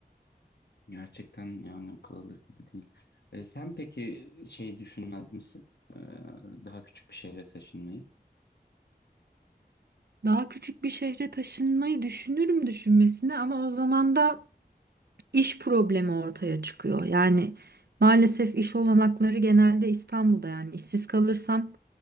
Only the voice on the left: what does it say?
Gerçekten yani akıl alır gibi değil. E, sen peki şey düşünmez misin? E, daha küçük bir şehre taşınmayı?